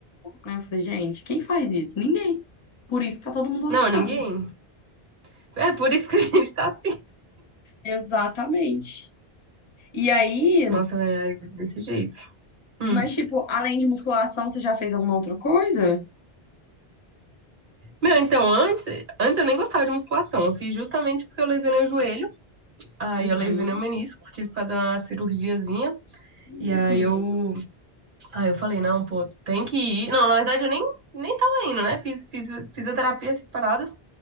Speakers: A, on the left; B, on the right.
A: Aí eu falei, gente, quem faz isso? Ninguém. Por isso que tá todo mundo lascado.
B: Não, ninguém. É por isso que a <laughs> gente tá assim.
A: Exatamente. E aí,
B: Nossa, velho, é desse jeito. Hum.
A: mas tipo, além de musculação, você já fez alguma outra coisa?
B: Meu, então, antes, antes eu nem gostava de musculação. Eu fiz justamente porque eu lesionei o joelho. Aí
A: Uhum.
B: eu lesionei o menisco, tive que fazer uma cirurgiazinha.
A: Isso,
B: E aí
A: menino.
B: eu, aí eu falei, não, pô, tem que ir. Não, na verdade eu nem, nem tava indo, né? Fiz, fiz fisioterapia, essas paradas.